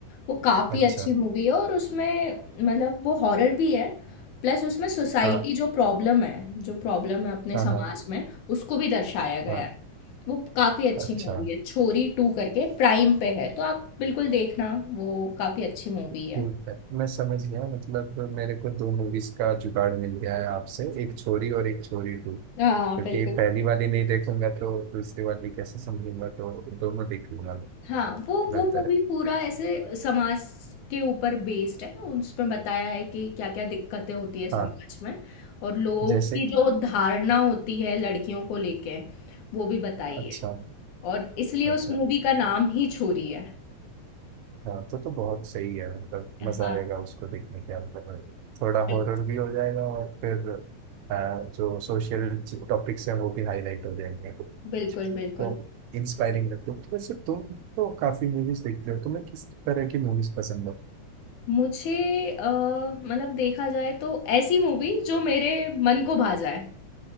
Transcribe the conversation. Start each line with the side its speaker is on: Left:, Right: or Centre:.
Left: वो काफ़ी
Right: अच्छा
Left: अच्छी मूवी है और उसमें मतलब वो हॉरर भी है प्लस उसमें सोसाइटी
Right: हाँ
Left: जो प्रॉब्लम है जो प्रॉब्लम है अपने
Right: हाँ
Left: समाज
Right: हाँ
Left: में उसको भी दर्शाया गया
Right: हाँ
Left: है वो काफ़ी अच्छी
Right: अच्छा
Left: मूवी है छोरी टू करके प्राइम पे है तो आप बिल्कुल देखना वो काफ़ी अच्छी मूवी
Right: ठीक
Left: है
Right: है मैं समझ गया मतलब मेरे को दो मूवीज का जुगाड़ मिल गया है आपसे एक छोरी और एक छोरी टू
Left: हाँ
Right: क्योंकि
Left: बिल्कुल
Right: ये पहली वाली नहीं देखूंगा तो दूसरी वाली कैसे समझूंगा तो दोनों देख लूंगा मैं
Left: हाँ वो
Right: बेहतर
Left: वो मूवी
Right: है
Left: पूरा ऐसे समाज के ऊपर बेस्ड है उसमें बताया है कि क्या क्या दिक्कतें होती है समाज
Right: हाँ
Left: में और लोग
Right: जैसे
Left: की
Right: कि
Left: जो धारणा होती है लड़कियों को लेके वो भी बताई
Right: अच्छा
Left: है और इसलिए उस
Right: अच्छा
Left: मूवी का नाम ही छोरी है
Right: हाँ तो तो बहुत सही है मतलब मजा
Left: हाँ
Right: आएगा उसको देखने के अंदर थोड़ा
Left: बिल-
Right: हॉरर भी हो जाएगा और फिर अ, जो सोशल टॉपिक्स हैं वो भी हाईलाइट हो जाएंगे
Left: बिल्कुल बिल्कुल
Right: तो इंस्पायरिंग लगता है तो वैसे तुम तो काफी मूवीज देखते हो तुम्हें किस तरह की मूवीज पसंद है
Left: मुझे अ, मतलब देखा जाए तो ऐसी मूवी जो मेरे मन को भा जाए,